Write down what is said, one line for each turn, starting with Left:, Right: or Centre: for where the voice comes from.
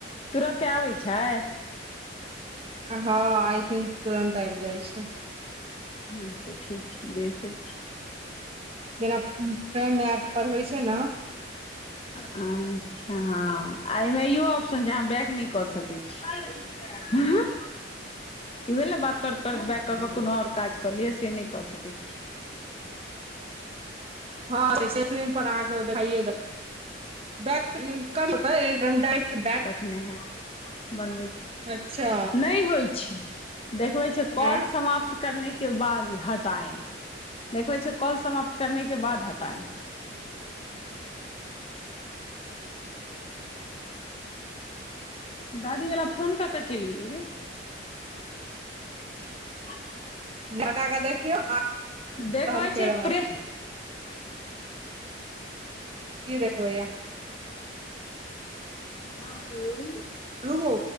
Left: तुरते आबै छै
Right: हँ आइ थिंक तुरन्त आब जाइ छय
Left: हच ता ठीक छै देखै छीय
Right: जेना फ्रेंड एप पर होइ छय ने
Left: हं हँ आ एहिमें इहो ऑप्शन जे अहाँ बैक नहि कऽ सकै छी हँ इ भेलइ ने बात करैत करैत बैक कऽ क कोनो आओर काज क लिये से नहि कऽ सकैत छी
Right: हँ से स्क्रीन पर अहाँके ओ देखाइए बैंक करतै एकदम डाइट बैंक
Left: नय हैत बनबै छी
Right: अच्छा
Left: नहि होइ छै देखबै छै कॉल
Right: हँ
Left: समाप्त करने के बाद हटाए देखबै छय कॉल समाप्त कर के बाद हटाए दादीवला फोन कते चलि गेलहु गी चाल
Right: डटाके देखियौ आ
Left: गे देखबै
Right: त हम फेर
Left: छै प्रे
Right: की देखबइ या
Left: बाबूल
Right: रुओ